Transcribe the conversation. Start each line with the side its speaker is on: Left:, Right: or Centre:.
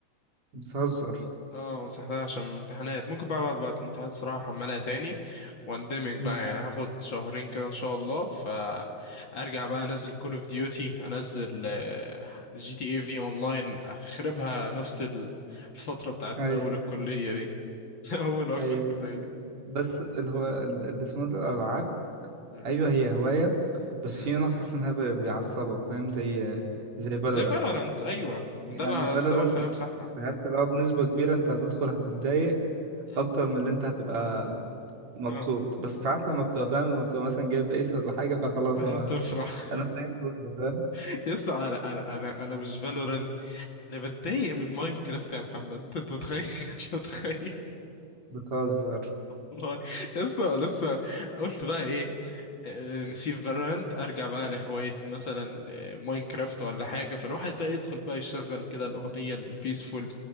Right: بتهزر
Left: اه مسحتها عشان الامتحانات ممكن بقى بعد بعد الامتحانات صراحة احملها تاني واندمج
Right: مم.
Left: بقى يعني هاخد شهرين كده ان شاء الله فارجع بقى انزل كول اوف ديوتي انزل جي تي اي في اونلاين اخربها نفس الفترة بتاعت
Right: اي
Left: اول الكلية دي <laughs> اول واخر
Right: اي
Left: الكلية
Right: فاهم قصدك. بس اللي هو ال- اللي اسمه ده الالعاب
Left: مم.
Right: ايوه هي هواية
Left: مم.
Right: بس في منها تحس انها بي- بيعصبك فاهم زي زي فالورانت
Left: زي فالورانت ايوه ده
Right: يعني
Left: اللي
Right: فالورانت
Left: السبب خلينا امسحها
Right: تحس لو بنسبة كبيرة انت هتدخل هتتضايق
Left: مم.
Right: اكتر من اللي انت هتبقى مبسوط
Left: آه.
Right: بس ساعات لما بتبقى فاهم لما بتبقى مثلا جايب ايس ولا حاجه فخلاص
Left: هتفرح
Right: انا انا فاهم كله فاهم
Left: <laughs> يا اسطى انا انا انا انا مش فالورانت انا بتضايق من ماينكرافت يا محمد انت متخيل <laughs> أنت متخيل
Right: بتهزر
Left: والله يا اسطى لسه قلت بقى ايه آه، نسيب فالورانت ارجع بقى لهوايه مثلا آه، ماينكرافت ولا حاجه فالواحد بقى يدخل بقى يشغل كده الاغنيه البيسفول